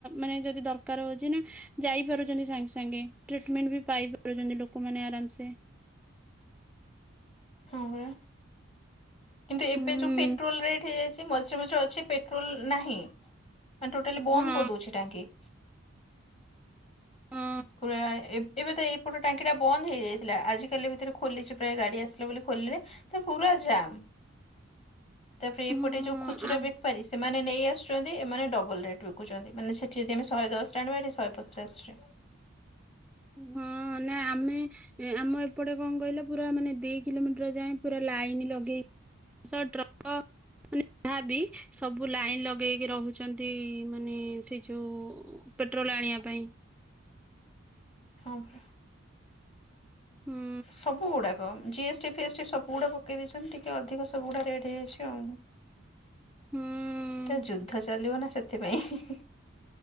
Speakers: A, in the centre; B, on the left.
A: ମାନେ ଯଦି ଦର ଦରକାର ହଉଛି ନା ଯାଇ ପାରୁଛନ୍ତି ସାଙ୍ଗେ ସାଙ୍ଗେ ଟ୍ରିଟମେଣ୍ଟ ବି ପାଇ ପାରୁଛନ୍ତି ଲୋକମାନେ ଆରାମସେ।
B: ହଁ ପରା। କିନ୍ତୁ ଏବେ
A: ହୁଁ
B: ଯୋଉ ପେଟ୍ରୋଲ ରେଟ୍ ହେଇଯାଇଛି ମଝିରେ ମଝିରେ ଅଛି ପେଟ୍ରୋଲ ନାହିଁ ମାନେ ଟୋଟାଲି ବନ୍ଦ
A: ହଁ
B: କରିଦଉଛି ଟାଙ୍କି।
A: ହଁ
B: ପୁରା ଏବେତ ଏଇପଟ ଟାଙ୍କିଟା ବନ୍ଦ ହେଇଯାଇଥିଲା ଆଜିିକାଲି ଭିତରେ ଖୋଲିଚି ପ୍ରାୟ ଗାଡ଼ି ଆସିଲା ବୋଲି ଖୋଲିଲେ ତପୁରା ଜାମ୍ ତାପରେ
A: ହଁ
B: ଏପଟେ ଯୋଉ ଖୁଚୁରା
A: ଆ
B: ବେପାରି ସେମାନେ ନେଇ ଆସୁଚନ୍ତି ଏମାନେ ଡବଲ୍ ରେଟ୍ ବିକୁଚନ୍ତି ମାନେ ସେଠି ଯଦି ଆମ ଶହେ ଦଶରେ ଆଣିବା ଏଠି ଶହେ ପଚାଶେରେ।
A: ହଁ ନା ଆମେ ଆମ ଏପଟେ କଣ କଇଁଲ ପୁରା ମାନେ ଦି କିଲୋମିଟର୍ ଯାଏଁ ପୁରା ଲାଇନ୍ ଲଗେଇ ବସ୍ ଟ୍ରକ୍
B: <inaudible>
A: ଯାହାବି ସବୁ ଲାଇନ୍ ଲଗେଇକି ରହୁଚନ୍ତି ମାନେ ସେଇଯୋଉ ପେଟ୍ରୋଲ ଆଣିବା ପାଇଁ।
B: ହଁ ପରା।
A: ହୁଁ
B: ସବୁ ଗୁଡ଼ାକ ଜିଏସ୍ ଟି ଫିଏସ୍ ଟି ସବୁ ଗୁଡ଼ାକ ପକେଇ ଦେଇଚନ୍ତି ଟିକେ ଅଧିକ ସବୁଅଡ଼ା ରେଟ୍ ହେଇଯାଇଚି ଆଉ।
A: ହୁଁ।
B: ତ ଯୁଦ୍ଧ ଚାଲିବନା ସେଥିପାଇଁ।